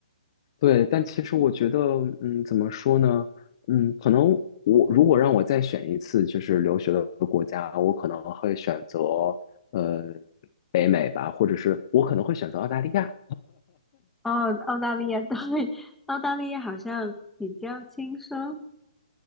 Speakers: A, on the left (about 45°); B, in the centre.
A: 对，但其实我觉得，嗯，怎么说呢？嗯，可能我如果让我再选一次，就是留学的国家，我可能会选择呃北美吧，或者是我可能会选择澳大利亚。
B: 哦，澳大利亚 <laughs> 对，澳大利亚好像比较轻松。